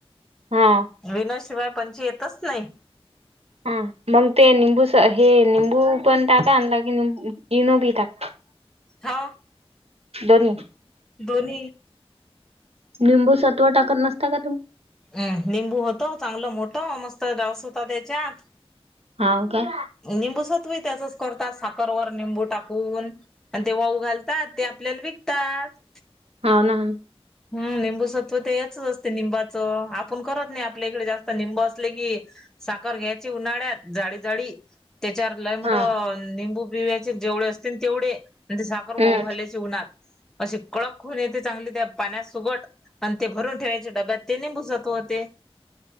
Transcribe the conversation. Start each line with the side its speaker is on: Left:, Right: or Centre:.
Right: हा.
Centre: विनाशिवाय पंची येतच नाही.
Right: हा मग ते निंबू हे निंबू पण टाका आणि कीं इनो बी टाका.
Centre: हाव.
Right: दोन्ही.
Centre: दोन्ही.
Right: निबू सत्व टाकत नसता का तुम्ही?
Centre: अम लिंबू होतो चांगलं मोठं मस्त डस होता त्याच्यात.
Right: हावं का.
Centre: निंबूसत्व त्याचच करतात साखरवर निंबू टाकून. आणि ते वाऊ घालतात ते आपल्याला विकतात.
Right: हा ना.
Centre: हम्म ल निंबूसत्व तर याच असते निंबाचं आपण करत नाही आपल्या इकडे जास्त निंबा. क साखर घ्यायची उन्हाळ्यात जाडी जाडी त्याच्यावर लय मोठ.
Right: हा
Centre: निंबू पिव्याचे जेवढे असते तेवढे. म्हणजे साखर ओ
Right: हम्म
Centre: घाल्याचीि उवनाात अशी कळक खून येते चांगली त्या. सुबट आणि ते भरून ठेवायच्या डब्यात ते नाही भुजत होते.